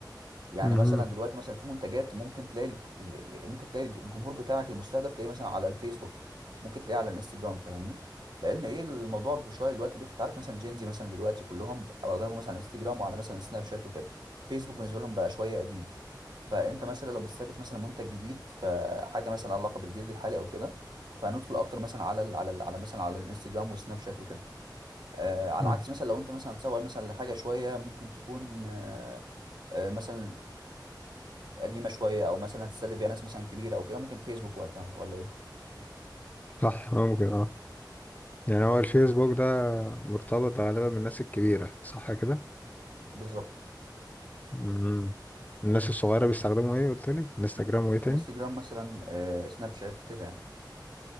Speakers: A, on the right; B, on the left.
A: يعني
B: مهم.
A: مثلا دلوقتي مثلا في منتجات ممكن تلاقي الج- ال- ال- ممكن تلاقي الجمهور بتاعك المستهدف تلاقيه مثلا على الفيسبوك ممكن تلاقيه على الانستجرام فاهمني لان ايه الموضوع بشويه دلوقتي بيفرق انت عارف مثلا جينزي مثلا دلوقتي كلهم او اغلبهم مثلا على انستجرام وعلى مثلا سناب شات وكده فيسبوك بالنسبه لهم بقى شويه قديم فانت مثلا لو بتستهدف مثلا منتج جديد فحاجه مثلا علاقه بالجيل الحالي او كده فهندخل اكتر مثلا على ال على ال على مثلا على الانستجرام والسناب شات وكده آه على العكس
B: مم.
A: مثلا لو انت مثلا هتسوق مثلا لحاجه شويه ممكن تكون آه آه مثلا قديمه شويه او مثلا هتستهدف فيها ناس مثلا كبيره او كده ممكن فيسبوك وقتها ولا ايه
B: صح ممكن اه يعني هو الفيسبوك ده مرتبط غالبا بالناس الكبيرة صح كده؟
A: بالظبط
B: مهم. الناس الصغيرة بيستخدموا ايه قلت لي؟ انستجرام
A: ممكن
B: وايه تاني؟
A: انستجرام مثلا آه سناب شات كده يعني